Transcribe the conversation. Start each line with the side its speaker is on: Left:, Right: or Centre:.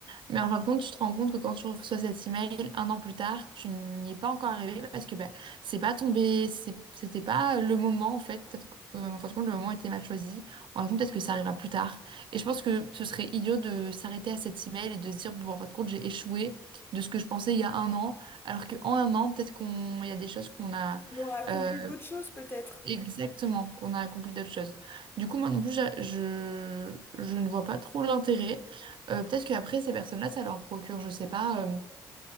Right: Mais en fin de compte, tu te rends compte que quand tu reçois cet email un an plus tard, tu n'y es pas encore arrivé parce que ben, c'est pas tombé, c'est- c'était pas le moment en fait. Peut-être que, euh, en fin de compte, le moment était mal choisi. En fin de compte, peut-être que ça arrivera plus tard. Et je pense que ce serait idiot de s'arrêter à cet email et de se dire, bon, en fin de compte, j'ai échoué de ce que je pensais il y a un an, alors qu'en un an, peut-être qu'on, il y a des choses qu'on a.
Left: On aura accompli
Right: euh,
Left: d'autres choses peut-être.
Right: Exactement, qu'on a accompli d'autres choses. Du coup, moi non plus, j'a- je, je ne vois pas trop l'intérêt. Euh, peut-être qu'après, ces personnes-là, ça leur procure, je sais pas, euh,